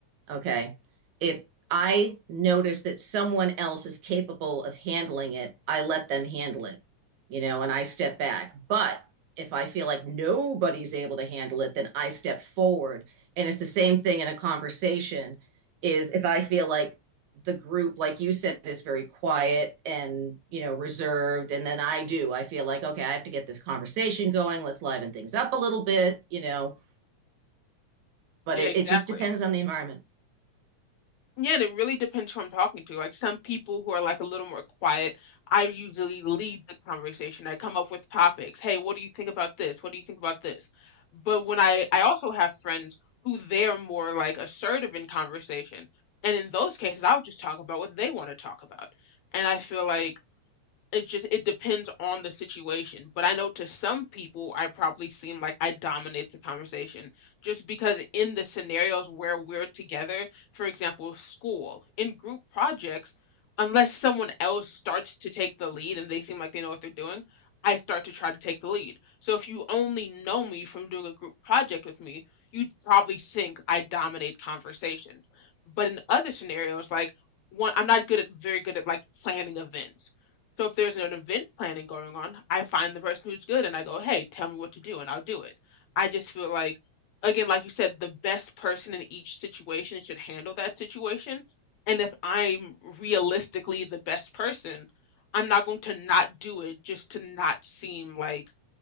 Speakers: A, on the right; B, on the left.
A: ok if i notice that someone else is capable of handling it i let them handle it you know and i step back but if i feel like nobody's able to handle it then i step forward and it's the same thing in a conversation is if i feel like the group like you said is very quiet and you know reserved and then i do i feel like okay i have to get this conversation going let's liven things up a little bit you know but
B: Yeah,
A: it,
B: exactly.
A: it just depends on the environment
B: Yeah, and it really depends who I'm talking to. Like some people who are like a little more quiet, I usually lead the conversation. I come up with topics. Hey, what do you think about this? What do you think about this? But when I I also have friends who they're more like assertive in conversation. And in those cases, I'll just talk about what they want to talk about. And I feel like it just it depends on the situation, but I know to some people, I probably seem like I dominate the conversation just because in the scenarios where we're together, for example, school, in group projects, unless someone else starts to take the lead and they seem like they know what they're doing, I start to try to take the lead. So if you only know me from doing a group project with me, you'd probably think I dominate conversations. But in other scenarios, like one, I'm not good at very good at like planning events. So if there's an event planning going on, I find the person who's good and I go, "Hey, tell me what to do," and I'll do it. I just feel like, again, like you said, the best person in each situation should handle that situation. And if I'm realistically the best person, I'm not going to not do it just to not seem like